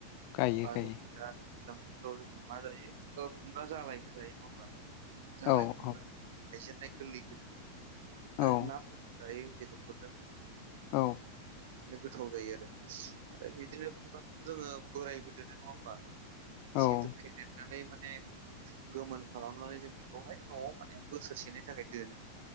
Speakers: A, on the left (about 45°); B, on the right (about 55°).
A: गायो
B: बा
A: गायो
B: जों दा दैज्लां बोथोराव जोङो मा जायो खुमब्रा जालायखो जायो नङा होमबा? जालाय
A: औ
B: खुमब्रा
A: औ
B: गायजेन्नाय गोरलैखो जों
A: औ
B: नाफोरजों जायो बेदरफोरजों।
A: औ
B: माने गोथाव जायो आरो आरो बिदिनो <inaudible> जोङो बोरायबो <inaudible> नङा होमबा?
A: औ
B: जिहेथु फेदेरनानै माने गोमोन खालामनानै जों बेखौहाय न'आव माने बोसोरसेनि थाखाय दोनो।